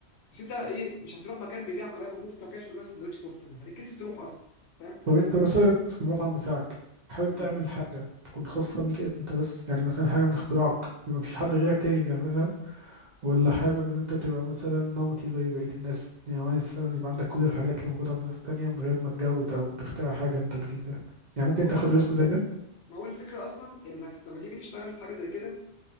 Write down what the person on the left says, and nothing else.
بس انت ايه مش هتروح مكان بيبيع كباب وكفته وكده عشان يقول لك سندوتش كفته ما هتتكسف تروح اصلا فاهم
امم
ما
هو
ما هو الفكره اصلا انك لما تيجي تشتغل في حاجه زي كده